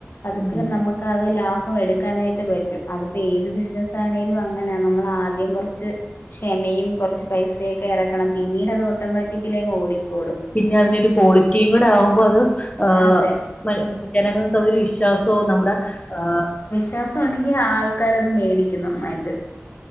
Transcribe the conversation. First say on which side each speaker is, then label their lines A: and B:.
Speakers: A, on the left (about 55°); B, on the left (about 30°).
A: അത്ക്ക്
B: ഉം
A: നമ്മക്ക് ക്ക അത് ലാഭം എട്ക്കാനായിട്ട് പറ്റും. അത്പ്പോ ഏത് ബിസിനസ്സാണേലും അങ്ങനെയ. നമ്മള് ആദ്യം കൊറച്ച് ക്ഷമയും കൊറച്ച് പൈസയൊക്കെ എറക്കണം. പിന്നീടത് ഓട്ടോമാറ്റിക്കലി അങ്ങ് ഓടിക്കോളും.
B: പിന്നെ അതിനെരു ക്വാളിറ്റിയും കൂടെ ആവുമ്പോ അത് ആഹ്
A: അതെ
B: മ ജനങ്ങൾക്ക് അതൊരു വിഷ ദസോ നമ്മുടെ ആഹ്
A: യാസോ ണ്ടെങ്കി ആൾക്കാരത് മേടിക്കണം അത്